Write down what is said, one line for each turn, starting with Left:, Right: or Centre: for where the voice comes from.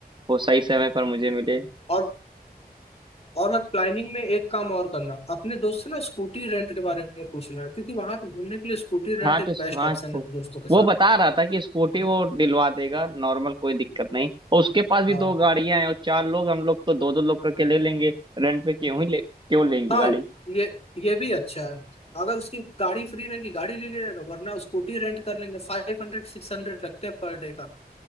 Right: वो सही समय पर मुझे मिले
Left: और और मैं प्लानिंग में एक काम और करना अपने दोस्त से ना स्कूटी रेंट के बारे में पूछ लेना क्योंकि वहां पे घूमने के लिए स्कूटी
Right: हाँ
Left: रेंट एक
Right: तो स्कू-
Left: बेस्ट
Right: हाँ
Left: ऑप्शन
Right: स्कू-
Left: है दोस्तों के साथ
Right: वो बता रहा था कि स्कूटी वो दिलवा देगा नॉर्मल कोई दिक्कत नहीं और उसके पास भी
Left: हाँ
Right: दो गाड़ियां हैं और चार लोग हम लोग तो दो दो लोग करके ले लेंगे रेंट पे क्यों ही ले क्यों लेंगे
Left: हाँ
Right: गाड़ी
Left: ये ये भी अच्छा है अगर उसकी गाड़ी फ्री रहेगी गाड़ी ले लेगा वरना स्कूटी रेंट कर लेंगे फाइव हंड्रेड सिक्स हंड्रेड लगते हैं पर डे का